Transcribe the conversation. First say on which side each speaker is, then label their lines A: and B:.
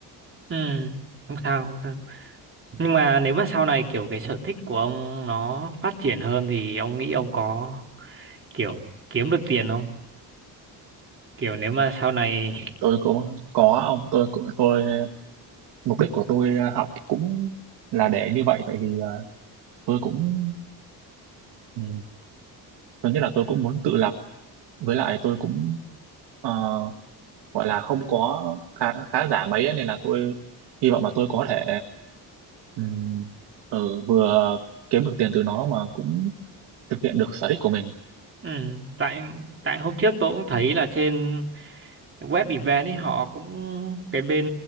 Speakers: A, on the right; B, on the right.
A: ừ, không sao không sao nhưng mà nếu mà sau này kiểu cái sở thích của ông nó phát triển hơn thì ông nghĩ ông có kiểu kiếm được tiền không kiểu nếu mà sau này
B: tôi cũng có ông tôi của tôi mục đích của tôi học cũng là để như vậy tại vì à, tôi cũng ừ, tôi nghĩ là tôi cũng muốn tự lập với lại tôi cũng ờ, gọi là không có khá, khá giả mấy ấy, nên là tôi hy vọng là tôi có thể ừ, ừ, vừa kiếm được tiền từ nó mà cũng thực hiện được sở thích của mình
A: <laughs> ừ tại tại hôm trước tôi cũng thấy là trên web event ấy họ cũng cái bên